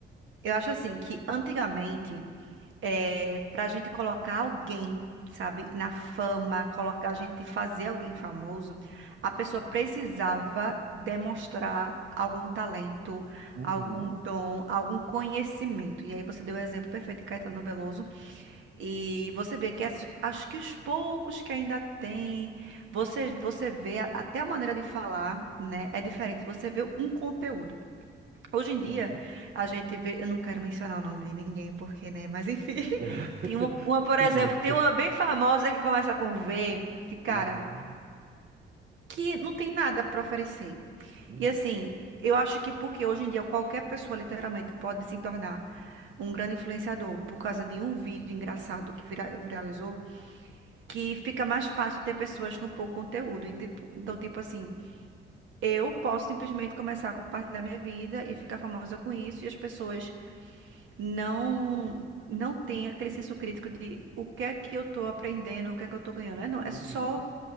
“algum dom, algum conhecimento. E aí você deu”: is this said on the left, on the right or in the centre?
Right